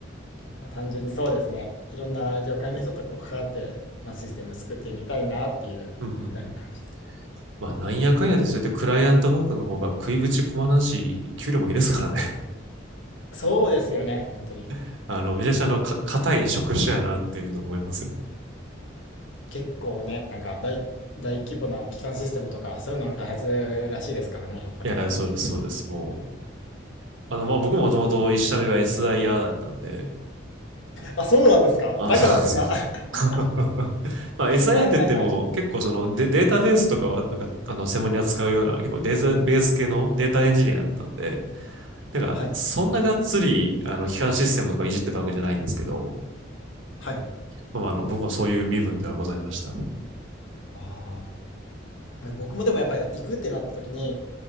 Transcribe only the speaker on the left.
まあ、単純にそうですね、いろんな業界の人とこう関わって、まあ、システム作ってみたいなっていうくらいな感じで。
そうですよね、本当に。
結構ね、なんか大、大規模な基幹システムとか、そういうのの開発らしいですからね、やっぱり。
あ、そうなんですか。
だからそんな。
<laughs>
はいはいはい。
はい。
はい。
ああ。僕もでもやっぱり行くってなった時に、